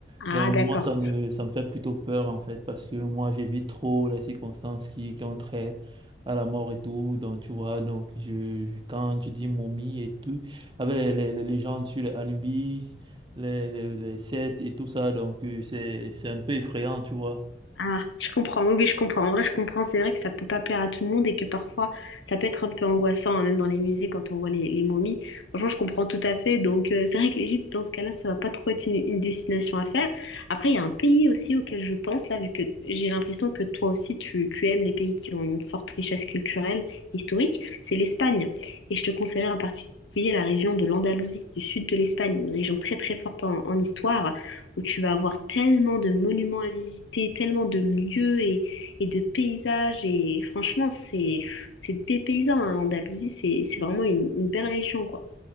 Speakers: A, on the left; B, on the right.
A: ah
B: Donc
A: d'accord.
B: moi, ça me, ça me fait plutôt peur en fait, parce que moi, j'évite trop les circonstances qui, qui ont trait à la mort et tout. Donc tu vois, donc je, je- quand tu dis momie et tout, avec les, les, les légendes sur les Anubis, les, les, les Seth et tout ça, donc euh, c'est, c'est un peu effrayant, tu vois.
A: Ah, je comprends. Oui, oui, je comprends. En vrai, je comprends. C'est vrai que ça peut pas plaire à tout le monde et que parfois, ça peut être un peu angoissant, hein, même dans les musées, quand on voit les, les momies. Franchement, je comprends tout à fait. Donc, euh, <laughs> c'est vrai que l'Égypte, dans ce cas-là, ça va pas trop être une, une destination à faire. Après, il y a un pays aussi auquel je pense, là, vu que j'ai l'impression que toi aussi, tu, tu aimes les pays qui ont une forte richesse culturelle et historique, c'est l'Espagne. Et je te conseillerais en particulier la région de l'Andalousie, du sud de l'Espagne, une région très, très forte en en histoire où tu vas avoir tellement de monuments à visiter, tellement de lieux et, et de paysages. Et franchement, c'est c'est dépaysant, hein, l'Andalousie, c'est c'est vraiment une, une belle région, quoi.